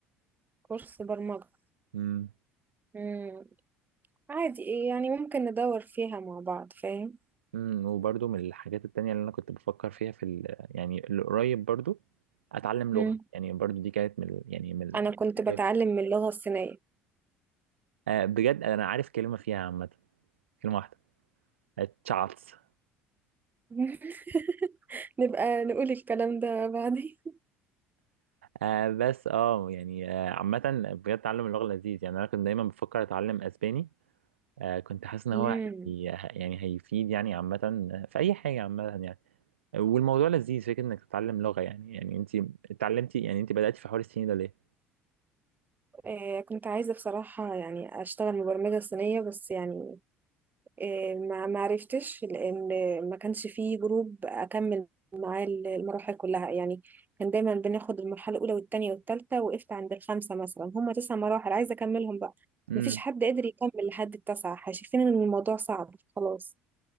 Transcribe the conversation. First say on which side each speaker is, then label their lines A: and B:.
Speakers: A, on the right; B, on the right.
A: كورس برمجة
B: امم
A: مم. عادي إيه يعني ممكن ندور فيها مع بعض فاهم
B: امم وبرضو من الحاجات التانية اللي انا كنت بفكر فيها في ال يعني القريب برضو اتعلم
A: مم.
B: لغة يعني برضو دي كانت من ال- يعني من
A: أنا
B: الحاجات
A: كنت بتعلم من اللغة الصينية
B: آه، بجد انا عارف كلمة فيها عامة كلمة واحدة تشاتس
A: <laughs> نبقى نقول الكلام ده بعدين
B: آه بس اه يعني آه عامة بجد تعلم اللغة لذيذ يعني انا كنت دايما بفكر اتعلم اسباني آه، كنت حاسس ان
A: مم.
B: هو هي... يعني هيفيد يعني عامة في اي حاجة عامة يعني والموضوع لذيذ فكرة انك تتعلم لغة يعني يعني انت اتعلمتي يعني انت بدأتي في حوار الصيني ده ليه؟
A: آه كنت عايزة بصراحة يعني أشتغل مبرمجة صينية بس يعني آه، ما ما عرفتش لان ما كانش فيه جروب اكمل معاه المراحل كلها يعني كان دايما بناخد المرحله الاولى والثانيه والثالثه وقفت عند الخمسه مثلا هم تسع مراحل عايزه اكملهم بقى
B: امم
A: ما فيش حد قادر يكمل لحد التاسعه شايفين ان الموضوع صعب خلاص